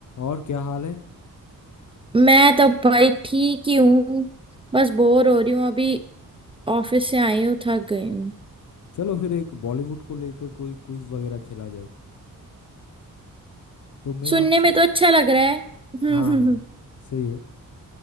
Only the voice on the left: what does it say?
और क्या हाल है
चलो फिर एक बॉलीवुड को लेकर कोई क्विज वगैरह खेला जाए तो मैं
आपसे
हाँ हाँ
सही है